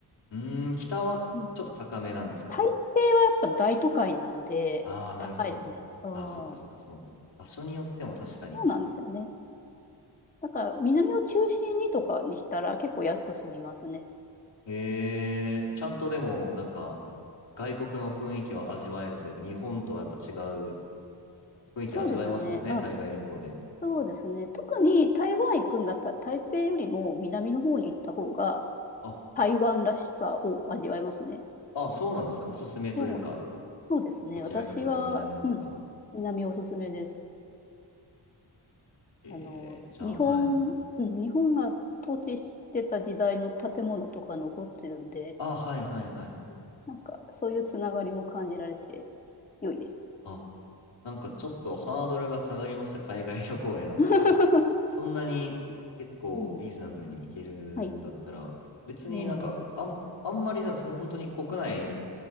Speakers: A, on the left; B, on the left.
A: うーん、北はちょっと高めなんですか
B: うん台北はやっぱ大都会なんで高いですね。
A: ああ、なるほど。
B: うん。
A: ああ、そっかそっか、
B: そ
A: その、場所によっても確かに。
B: うなんですよね。だから南を中心にとかにしたら結構安く済みますね。
A: えーちゃんとでも、
B: うん
A: なんか、外国の雰囲気は味わえるというか、日本とはやっぱ違う雰囲気味わえますもんね、
B: そうですね。うん。
A: 海外旅行で。
B: そうですね。特に台湾行くんだったら台北よりも南の方に行った方が
A: あ、
B: 台湾らしさを味わえますね。
A: あ、そうなんですね。おすすめというか、
B: そう、そうですね。
A: どちらかというと南の方が。
B: 私は、うん、南おすすめです。
A: えーじゃあ、
B: あの、日本、
A: はい。
B: うん日本が統治してた時代の建物とか残ってるんで、
A: あ、はいはいはい。
B: うんなんかそういうつながりも感じられて良いです。
A: あ、なんかちょっとハードルが下がりました、海外旅行への。
B: <laughs>
A: そんなに結構リーズナブルにいけるんだったら、
B: うん。はい。
A: 別になんか、
B: うん。
A: あん、あんまりじゃあその本当に国内